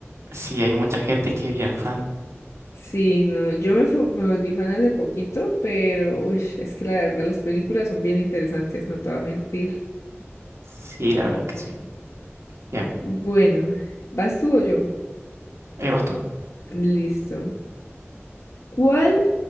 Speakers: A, on the right (about 70°); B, on the left (about 75°).
A: Sí, hay mucha gente que es bien fan.
B: Sí, no, yo me, fu- me volví fan hace poquito, pero uy, es que la verdad las películas son bien interesantes, no te voy a mentir.
A: Sí, la verdad que sí. Bien.
B: Bueno, ¿vas tú o yo?
A: Ahí vas tú.
B: Listo. ¿Cuál?